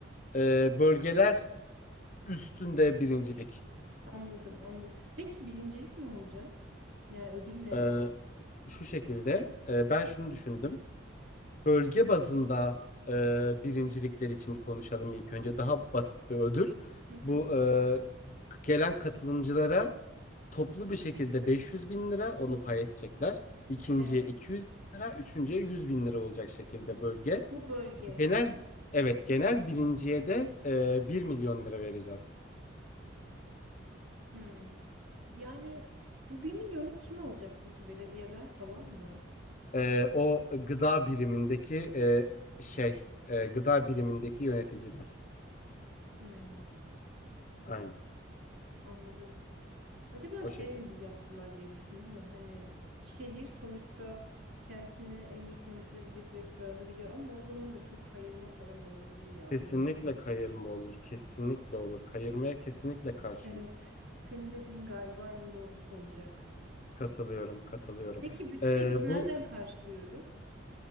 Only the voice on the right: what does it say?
Anladım, anladım. Peki birincilik ne olacak? Yani ödül ne?
Hı hı.
Evet.
Bu bölge.
Hmm. Yani bu bir milyonu kim alacak peki? Belediyeler falan mı?
Hmm.
Anladım. Acaba
şey
mi yapsalar diye düşündüm de hani şehir sonuçta kendisini en iyi temsil edecek restoranı biliyor ama o zaman da çok kayırma falan olabilir ya
bilemedim.
Evet, senin dediğin galiba en doğrusu olacak.
Peki bütçeyi
biz nereden
karşılıyoruz?